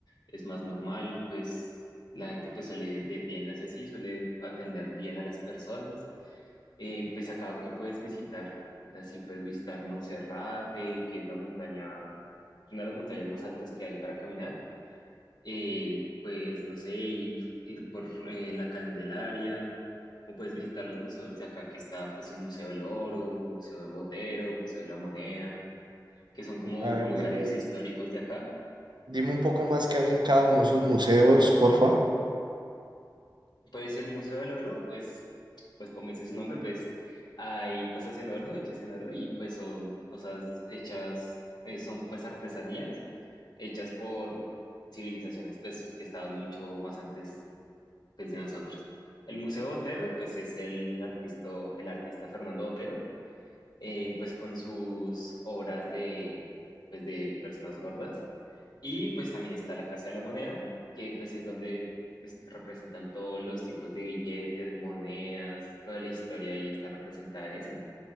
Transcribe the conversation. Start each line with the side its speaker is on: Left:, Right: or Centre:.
Left: es más normal, pues la gente pues suele de tiendas y así, suele atender bien a las personas. Eh, pues acá que puedes visitar, así puedes visitar Monserrate, que es la montaña, una de las montañas más altas que hay para caminar eh, pues no sé, ir, ir por eh, la Candelaria o puedes visitar los museos de acá que está pues el Museo del Oro, Museo de Botero, Museo de la Moneda, que son como
Right: A ver,
Left: lugares
Right: dime.
Left: históricos de acá.
Right: Dime un poco más qué hay en cada uno de esos museos, porfa.
Left: Pues el Museo del Oro, pues, pues como dice su nombre, pues hay cosas en oro, hechas en oro y pues son cosas hechas, eh, son pues artesanías hechas por civilizaciones pues que estaban mucho más antes pues de nosotros. El Museo Botero, pues es el artista, el artista Fernando Botero, eh, pues con sus obras de, pues de personas gordas. Y pues también está la Casa de la Moneda, que pues es donde es- representan todos los tipos de billetes, monedas, toda la historia ahí está representada en eso.